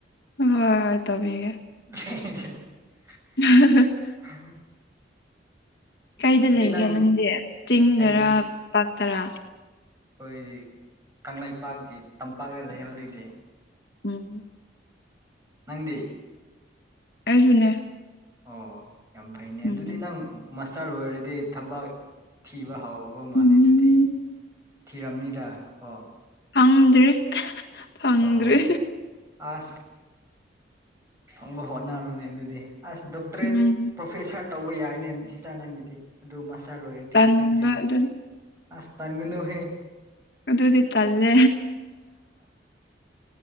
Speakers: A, on the left (about 60°); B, on the right (about 15°).
A: ꯍꯣꯏ ꯍꯣꯏ ꯇꯕꯤ ꯍꯒ
B: <inaudible>
A: <inaudible>
B: ꯍ
A: ꯀꯩꯗ ꯂꯩꯒꯦ
B: ꯅꯪ
A: ꯅꯪꯗꯤ ꯆꯤꯡꯗꯔꯥ
B: ꯍꯥꯏꯗꯤ
A: ꯄꯥꯛꯇꯔꯥ?
B: ꯑꯩꯈꯣꯏꯗꯤ ꯀꯪꯂꯩꯄꯥꯛꯀꯤ ꯇꯝꯄꯥꯛꯇ ꯂꯩ ꯍꯧꯖꯤꯛꯇꯤ꯫
A: ꯎꯝ
B: ꯅꯪꯗꯤ
A: ꯑꯩꯁꯨꯅꯦ
B: ꯑꯣ ꯌꯥꯝ ꯐꯩꯅꯦ
A: ꯎꯝ
B: ꯑꯗꯨꯗꯤ ꯅꯪ ꯃꯁꯇꯔ ꯂꯣꯏꯔꯗꯤ ꯊꯕꯛ ꯊꯤꯕ ꯍꯥꯎꯕ ꯃꯥꯜꯂꯦ
A: ꯎꯝ
B: ꯑꯗꯨꯗꯤ ꯊꯤꯔꯝꯅꯤꯗ ꯀꯣ
A: ꯐꯪꯗ꯭ꯔꯤ ꯐꯪꯗ꯭ꯔꯤ
B: ꯑꯣ ꯑꯁ ꯐꯪꯕ ꯍꯣꯠꯅꯜꯂꯨꯅꯦ ꯑꯗꯨꯗꯤ ꯑꯁ ꯗꯣꯛꯇꯔꯦꯠ
A: ꯎꯝ
B: ꯄ꯭ꯔꯣꯐꯦꯁꯥꯔ ꯇꯧꯕ ꯌꯥꯏꯅꯦ ꯁꯤꯁꯇꯔ ꯅꯪꯒꯤ ꯑꯗꯨ ꯃꯥꯁꯇꯔ ꯂꯣꯏꯔꯗꯤ
A: ꯇꯟꯕ
B: ꯗꯤꯒ꯭ꯔꯤ
A: ꯑꯗꯨ
B: ꯑꯁ ꯇꯟꯒꯅꯨꯍꯦ
A: ꯑꯗꯨꯗꯤ ꯇꯜꯂꯦ